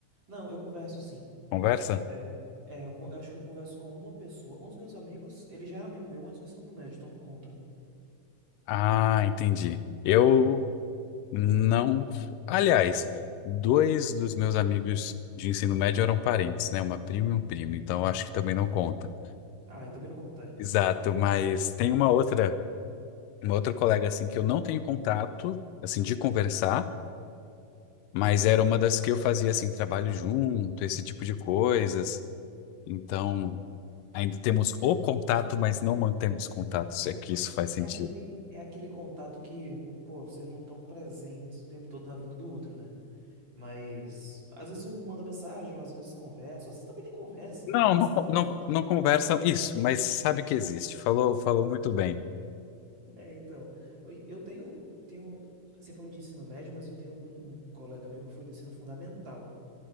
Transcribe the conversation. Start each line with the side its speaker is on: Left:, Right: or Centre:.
Right: Não, eu converso sim.
Left: conversa.
Right: É, é, eu, con- eu acho que eu converso com uma pessoa. Um dos meus amigos, ele já era amigo meu antes do ensino médio, então não conta.
Left: Ah, entendi. Eu Não. Aliás, dois dos meus amigos de ensino médio eram parentes, né? Uma prima e um primo, então acho que também não conta.
Right: Ah, e também não conta. é.
Left: Exato, mas tem uma outra, uma outra colega assim que eu não tenho contato, assim, de conversar, mas era uma das que eu fazia assim trabalho junto, esse tipo de coisas. Então, ainda temos o contato, mas não mantemos contato, se é que isso faz sentido.
Right: É aquele, é aquele contato que, pô, vocês não estão presentes o tempo todo na vida um do outro, né? Mas às vezes um manda mensagem, ou às vezes conversa, ou às vezes também nem conversa,
Left: Não,
Right: mas
Left: não,
Right: sabe que
Left: não,
Right: existe.
Left: não conversam
Right: <laughs>
Left: isso, mas sabe que existe. Falou, falou muito bem.
Right: É, então, eu eu tenho, tenho, você falou de ensino médio, mas eu tenho um, um colega meu que foi do ensino fundamental.